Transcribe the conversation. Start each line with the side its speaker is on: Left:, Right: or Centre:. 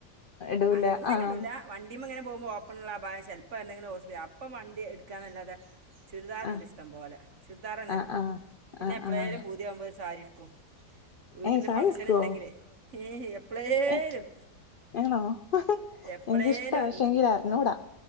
Left: ഇടൂല
Right: അങ്ങനെ
Left: ആഹ്
Right: ഇടൂല. വണ്ടിമ്മങ്ങനെ പോവുമ്പോൾ ഓപ്പണ്ള്ള അഭായം ചിലപ്പോൾ എന്തെങ്കിലും ഓസ അപ്പ വണ്ടിടുക്കാൻ എന്നല്ലാെതെ ചുരിദാറുണ്ട്
Left: ആഹ്
Right: ഇഷ്ടം പോലെ ചുരിദാർന്നെ
Left: ആഹ് ആഹ്
Right: പിന്നെ
Left: ആഹ്
Right: എപ്പഴേലും
Left: ആഹ്
Right: പൂതിയാവുമ്പോ ഒരു സാരി എടുക്കും. വീട്ടില്
Left: ഏഹ് സാരി
Right: ഫംഗഷൻ
Left: ഉടുക്കുവോ
Right: ഉണ്ടെങ്കില് ഏയ് എപ്പളെലും.
Left: ഏഹ് ആണോ
Right: എപ്പളേലും
Left: എനിക്കിഷ്ടാ പക്ഷെങ്കിൽ
Right: ഒന്ന്.
Left: അറിഞ്ഞൂടാ